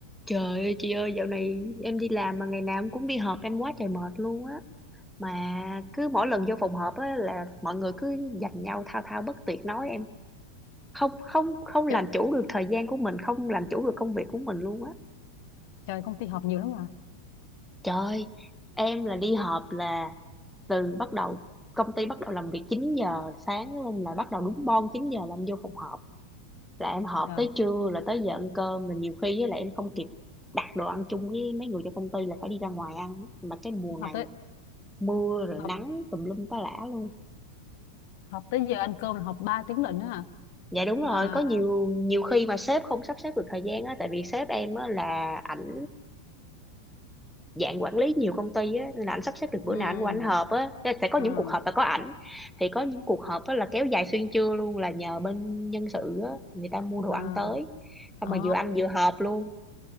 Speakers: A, in the centre; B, on the left.
A: Trời ơi chị ơi dạo này em đi làm mà ngày nào em cũng đi họp em quá trời mệt luôn á mà cứ mỗi lần vô phòng họp á là mọi người cứ giành nhau thao thao bất tuyệt nói em không không không làm
B: trời,
A: chủ được thời gian của mình không làm chủ được công việc của mình luôn á
B: trời công ty họp nhiều lắm mà
A: trời em là đi họp là từ bắt đầu công ty bắt đầu làm việc 9 giờ sáng luôn là bắt đầu đúng bon 9 giờ là em vô phòng họp là em họp
B: trời
A: tới trưa là tới giờ ăn cơm là nhiều khi với lại em không kịp đặt đồ ăn chung với mấy người trong công ty là phải đi ra ngoài ăn mà cái mùa này
B: họp tới
A: mưa rồi nắng
B: họp
A: tùm lum tá lả luôn
B: họp tới giờ ăn cơm là họp 3 tiếng lận đó hả
A: dạ đúng
B: mà
A: rồi có nhiều nhiều khi mà sếp không sắp xếp được thời gian á tại vì sếp em á là ảnh dạng quản lý nhiều công ty á nên là ảnh sắp xếp được bữa
B: ừ
A: nào ảnh qua ảnh họp á Thế sẽ có
B: à
A: những cuộc họp là có ảnh thì có những cuộc họp á là kéo dài xuyên trưa luôn là nhờ bên nhân sự á người ta mua đồ
B: à
A: ăn tới xong
B: ờ
A: mà vừa ăn vừa họp luôn